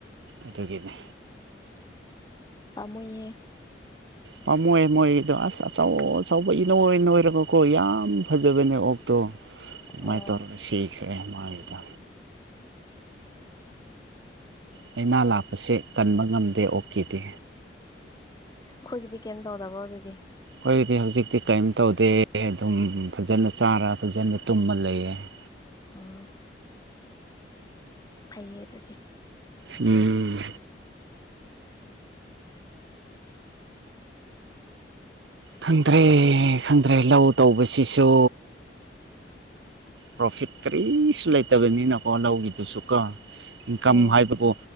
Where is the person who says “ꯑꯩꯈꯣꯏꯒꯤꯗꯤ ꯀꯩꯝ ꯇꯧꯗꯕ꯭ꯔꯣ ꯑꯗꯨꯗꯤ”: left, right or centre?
Left